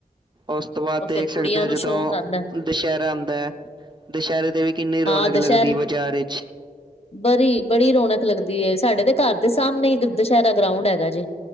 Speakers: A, on the right; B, on the left.
A: ਉਸ ਤੋਂ ਬਾਅਦ
B: ਉਹ ਫੇਰ
A: ਦੇਖ
B: ਕੁੜੀਆਂ
A: ਸਕਦੇ ਹੋ
B: ਨੂੰ
A: ਜਦੋਂ
B: ਸ਼ੌਕ ਆਂਦਾ
A: ਦੁਸਹਿਰਾ ਆਉਂਦਾ ਹੈ, ਦੁਸਹਿਰੇ ਤੇ ਵੀ ਕਿੰਨੀ ਰੌਣਕ
B: ਹਾਂ ਦੁਸਹਿਰੇ
A: ਲੱਗਦੀ ਹੈ ਬਾਜ਼ਾਰ ਵਿੱਚ।
B: ਬੜੀ- ਬੜੀ ਰੌਣਕ ਲੱਗਦੀ, ਸਾਡੇ ਤੇ ਘਰ ਦੇ ਸਾਹਮਣੇ ਦੁਸਹਿਰਾ ਗਰਾਉਂਡ ਹੈਗਾ ਜੇ।